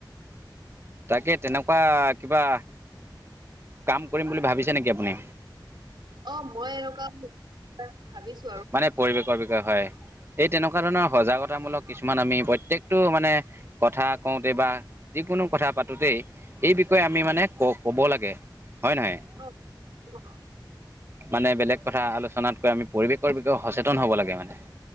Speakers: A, on the right (about 30°); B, on the right (about 70°).
A: তাকে তেনেকুৱা কিবা কাম কৰিম বুলি ভাবিছে নেকি আপুনি?
B: অ', মই এনেকুৱা <unintelligible> ভাবিছোঁ।
A: মানে পৰিৱেশৰ বিষয়ে হয়। এই তেনেকুৱা ধৰণৰ সজাগতামূলক কিছুমান আমি প্ৰত্যেকটো মানে কথা কওঁতে বা যিকোনো কথা পাতোতেই এই বিষয়ে আমি মানে ক-ক'ব লাগে। হয় নহয়?
B: অ', অ'।
A: মানে বেলেগ কথা আলোচনাতকৈ আমি পৰিৱেশৰ বিষয়ে সচেতন হ'ব লাগে মানে।